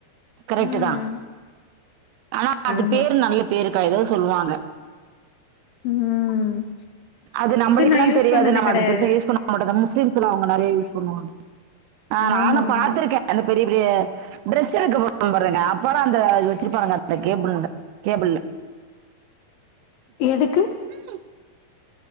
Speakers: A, on the right (about 85°); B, on the left (about 80°).
A: கரெக்ட்டு
B: ம்
A: தா ஆனா அது
B: ஆமா
A: பேரு நல்ல பேருக்கா எதோ சொல்லுவாங்க
B: ம்
A: அது நம்பளுக்குலா
B: நா யூஸ்
A: தெரியாது
B: பண்ணது
A: நம்ம
B: கெடையாது
A: அது பெருசா யூஸ் பண்ண மாட்டோ இந்த முஸ்லீம்ஸுலா அவ்ங்க நெறையா யூஸ் பண்ணுவாங்க ஆ நானு
B: ஆமா
A: பாத்திருக்கே
B: ஆமா
A: அந்த பெரிய பெரிய ட்ரெஸ் எடுக்க போவோ பாருங்க அப்பலா அந்த அது வெச்சிருப்பானுங்க அந்த கேபிள்ல கேபிள்ல
B: எதுக்கு
A: <unintelligible>